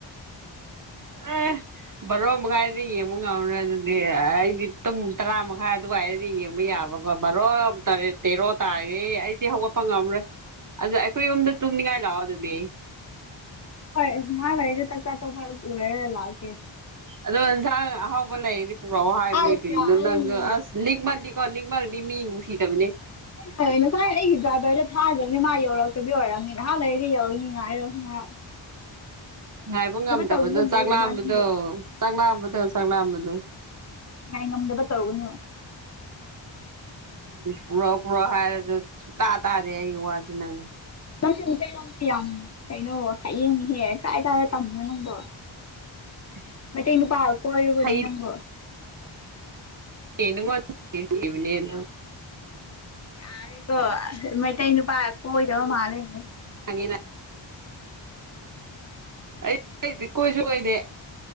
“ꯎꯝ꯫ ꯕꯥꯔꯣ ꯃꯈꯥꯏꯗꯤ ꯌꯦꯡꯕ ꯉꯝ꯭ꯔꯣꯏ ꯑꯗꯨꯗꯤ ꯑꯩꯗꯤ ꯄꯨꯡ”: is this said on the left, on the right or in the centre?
Right